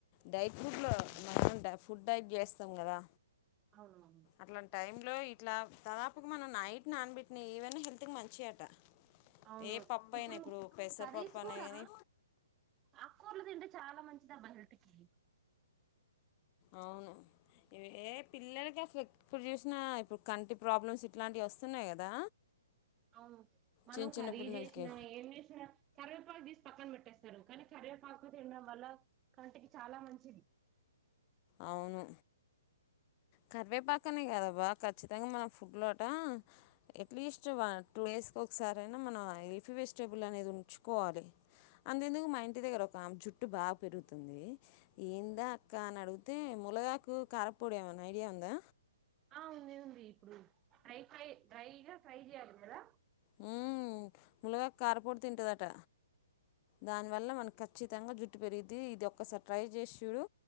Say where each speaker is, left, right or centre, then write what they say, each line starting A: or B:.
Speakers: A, on the left; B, on the right.
A: డైట్ ఫుడ్ లో
B: అవును
A: ఫుడ్ టైప్ చేస్తాం కదా
B: అవునవును
A: అట్లాంటి టై లో ఇట్ల దాదాపుగ మనం నైట్ నానబెట్ నే ఈవైనా హెల్త్ కి మంచి అట
B: అవునవును
A: ఏ పప్పు అయినా
B: ఇప్పుడు
A: పెసరపప్పు
B: కర్రీస్
A: అనే
B: కూడా
A: కానీ
B: ఆకూరలు తింటే చాలా మంచిది అబ్బ హెల్త్ కీ
A: అవును ఇవ ఏ పిల్లలకి అసలు ఎప్పుడు చూసినా ఇప్పుడు కంటి ప్రాబ్లమ్స్ ఇట్లాంటివి వస్తున్నాయి కదా
B: అవును మనం
A: చిన్న చిన్న
B: కర్రీ
A: పిల్లలకి
B: చేసిన ఏం చేసిన కరివేపాకు తీస్త పక్కన పెట్టేస్తారు కానీ కరివేపాకు తినడం వల్ల కంటికి చాలా మంచిది
A: అవును కరివేపాకనే కాదబ్బా ఖచ్చితంగా మనం ఫుడ్ లో అట ఎట్లీస్ట్ వ టూ డేస్కి ఒకసారి అయినా మనం లీఫీ వెజిటేబుల్ అనేది ఉంచుకోవాలి అంతెందుకు మా ఇంటి దగ్గర ఆమె జుట్టు బాగా పెరుగుతుంది ఏందా అక్క అని అడుగు అయితే ముళగాకు కారపొడీ ఏమైనా ఐడియా ఉందా
B: ఆ ఉంది ఉంది ఇప్పుడు ట్రై ట్రై డ్రైగా ఫ్రై చేయాలి కదా
A: మ్మ్ ములగాకు కారపొడి తింటుందట దానివల్ల మనకు ఖచ్చితంగా జుట్టు పెరుగుద్ది ఇది ఒక్కసారి ట్రై చేసి చూడు